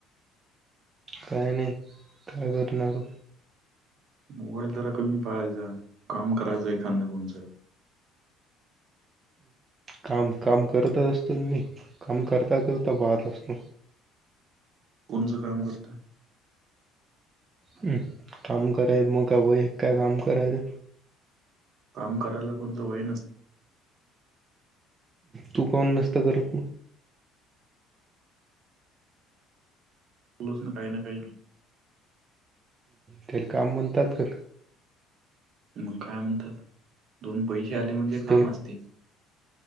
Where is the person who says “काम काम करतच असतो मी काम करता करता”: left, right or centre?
Right